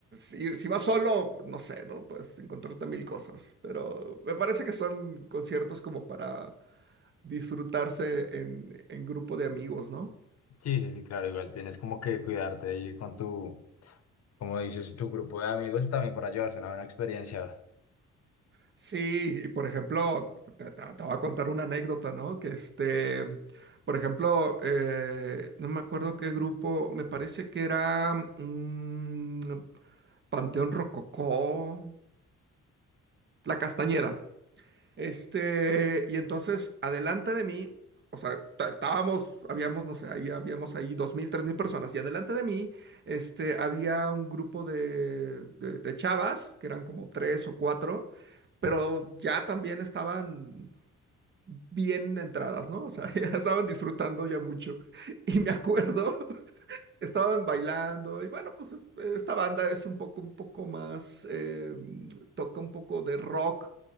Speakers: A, on the right (about 40°); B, on the left (about 55°).
A: ir- si vas solo, no sé, ¿no? Pues encontrarte mil cosas. Pero me parece que son conciertos como para disfrutarse en, en grupo de amigos, ¿no?
B: Sí, sí, sí, claro, igual tienes como que cuidarte ahí con tu, como dices, tu grupo de amigos también para llevarse una buena experiencia.
A: Sí, y por ejemplo, te, te- te voy a contar una anécdota, ¿no? Que este, por ejemplo, eh, no me acuerdo qué grupo, me parece que era mm, Panteón Rococó, La Castañeda. Este, y entonces, adelante de mí, o sea, ta- estábamos, habíamos, no sé, ahí habíamos ahí dos mil, tres mil personas, y adelante de mí, este, había un grupo de, de de chavas, que eran como tres o cuatro pero ya también estaban bien entradas, ¿no? O sea, <laughs> ya estaban disfrutando ya mucho. <laughs> Y me acuerdo, <laughs> estaban bailando y bueno, pues eh, esta banda es un poco, un poco más, eh, toca un poco de rock,